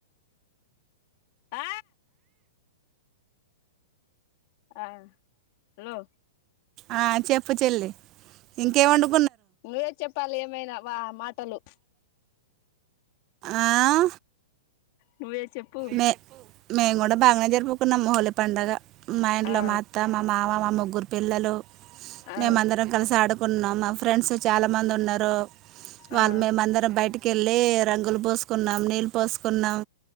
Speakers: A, on the left; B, on the right.
A: ఆ ఆ హలో
B: ఆ చెప్ప చెల్లి ఇంకేమండు
A: నువ్వే చెప్పాలి ఏమైనా వా మాటలు
B: ఆ?
A: నువ్వే చెప్పు
B: మే మేము కూడా బాగానే జరుపుకున్నాం హోలీ పడుగ మా ఇంట్లో
A: ఆ
B: మా అత్త మామ మా ముగ్గురు పిల్లలు
A: ఆ
B: మేము అందరం కలిసి ఆడుకున్నాం మా ఫ్రెండ్స్ చాలా మంది ఉన్నారు వాళ్ళు
A: ఆ
B: మేమందరం బయటికి వెళ్ళి రంగులు పోసుకున్నాం నీళ్ళు పోసుకున్నాం